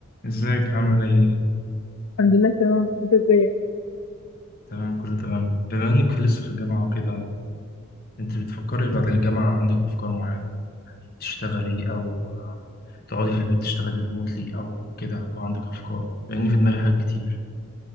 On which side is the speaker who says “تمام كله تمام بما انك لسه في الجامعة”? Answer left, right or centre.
Left